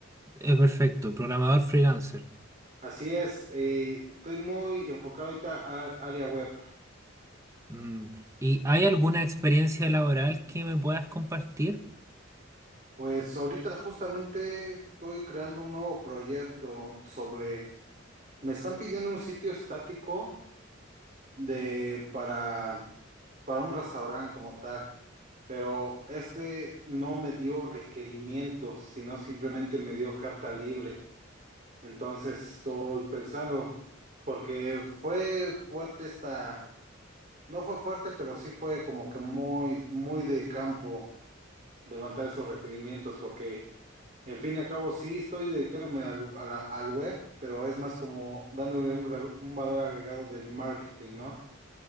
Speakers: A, on the right; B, on the right.
A: Es perfecto, programador freelancer.
B: Así es. eh, estoy muy enfocado ahorita al área web.
A: Mm, ¿Y hay alguna experiencia laboral que me puedas compartir?
B: Pues ahorita justamente estoy creando un nuevo proyecto sobre... Me están pidiendo un sitio estático de para, para un restaurante como tal. pero este no me dio requerimientos, sino simplemente me dio carta libre. Entonces estoy pensando, porque fue fuerte esta, no fue fuerte, pero sí fue como que muy, muy de campo levantar esos requerimientos, porque en fin y al cabo sí estoy dedicándome al, a la- al web, pero es más como dándole un, gra- un valor agregado del marketing, ¿no?